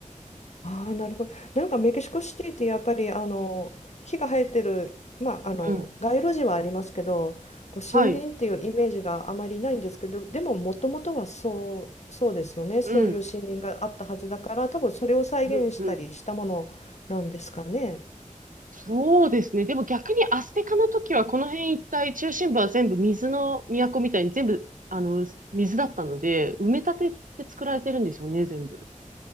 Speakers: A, on the left; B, on the right.
A: ああ、なるほど。なんかメキシコシティってやっぱりあの木が生えてる、まあ、あの街路樹はありますけど、
B: うん。
A: こう森林っていうイメージがあまりないんですけど、
B: はい。
A: でももともとはそう、そうですよね。そういう森林があったはずだから、
B: うん。
A: 多分それを再現したりしたものなんですかね。
B: うん。うん。そうですね。でも逆にアステカの時はこの辺一帯中心部は全部水の都みたいに全部あの水だったので埋め立てって作られてるんですよね、全部。